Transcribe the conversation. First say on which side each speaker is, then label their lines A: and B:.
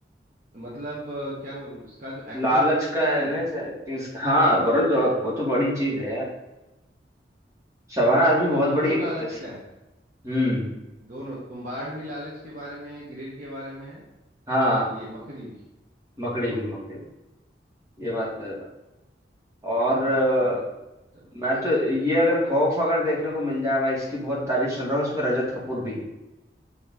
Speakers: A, on the right (about 50°); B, on the right (about 15°).
A: मतलब अ, क्या बोलूँ उसका जो एक्टिंग
B: लालच
A: का जो स्किल
B: का है
A: है
B: ना
A: ना
B: इस एक्टिंग हाँ
A: बहुत
B: बरबर वो तो बड़ी चीज है यार शबाना आजमी बहुत
A: दोनों
B: बड़ी एक्ट्रेस
A: लालच का है
B: है हम्म
A: दोनों तुम्बाड़ भी लालच के बारे में है ग्रिड के बारे में है
B: हाँ
A: और ये मकरी भी
B: मकड़ी
A: दोनों
B: भी मकड़ी भी ये बात तो है भाई और अ,
A: दोनों बहुत जबरदस्त
B: मैं तो ये अगर खौफ अगर देखने को मिल जाए भाई इसकी बहुत तारीफ सुन रहा हूँ इसमें रजत कपूर भी है